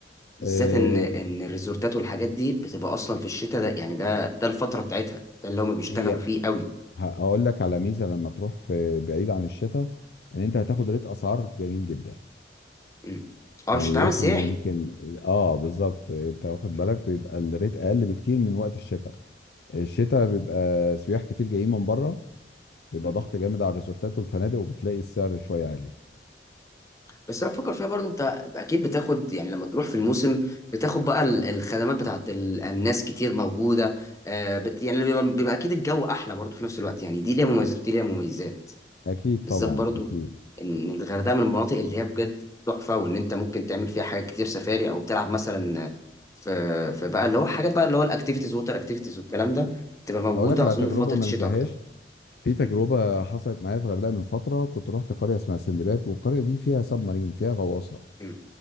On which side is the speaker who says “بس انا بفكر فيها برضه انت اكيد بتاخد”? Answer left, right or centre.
Left